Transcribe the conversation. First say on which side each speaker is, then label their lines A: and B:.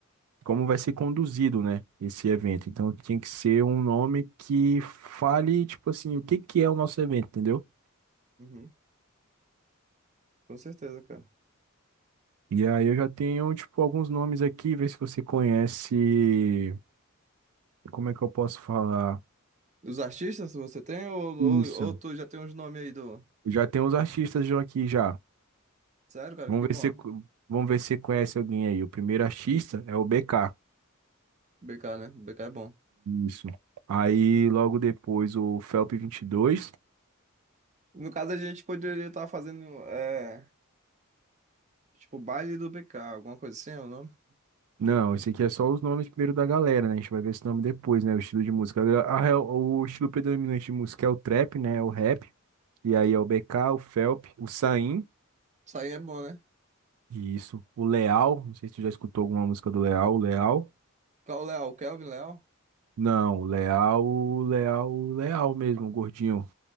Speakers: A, on the right (about 85°); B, on the right (about 35°).
A: como vai ser conduzido, né, esse evento. Então tem que ser um nome que fale tipo assim, o que que é o nosso evento, entendeu?
B: uhum, com certeza, cara.
A: E aí eu já tenho, tipo, alguns nomes aqui, ver se você conhece. Como é que eu posso falar?
B: Os artistas você tem ou, ou,
A: Isso.
B: ou tu já tem uns nomes aí do...
A: Já tem os artistas já aqui já.
B: Sério, cara,
A: Vamos
B: que bom.
A: ver se vamos ver se você conhece alguém aí. O primeiro artista é o BK.
B: BK, né? BK é bom.
A: Isso. Aí logo depois o Felp 22.
B: No caso, a gente poderia estar fazendo, é, tipo, baile do BK, alguma coisa assim, é o nome?
A: Não, esse aqui é só os nomes primeiro da galera, né? A gente vai ver esse nome depois, né? O estilo de música. A, real- o estilo predominante de música é o trap, né? É O rap. E aí é o BK, o Felp, o Saim.
B: Isso aí é bom, né?
A: Isso. O Leal, não sei se tu já escutou alguma música do Leal. O Leal?
B: Qual o Léo? Kelvin Léo?
A: Não, o Leal, o Leal, o Leal mesmo, o gordinho,